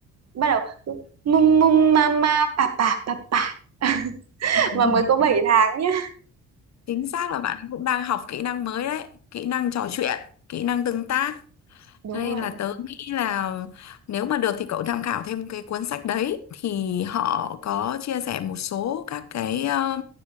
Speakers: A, on the right; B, on the left.
A: bắt đầu cứ mum mum mama bà bà bà bà <laughs>
B: <laughs>
A: mà mới có 7 tháng nhá
B: chính xác là bạn cũng đang học kỹ năng mới đấy kỹ năng trò chuyện kỹ năng tương tác
A: đúng
B: Hay
A: rồi
B: là tớ
A: đúng rồi
B: nghĩ là nếu mà được thì cậu tham khảo thêm cái cuốn sách đấy thì họ có chia sẻ một số các cái ờ,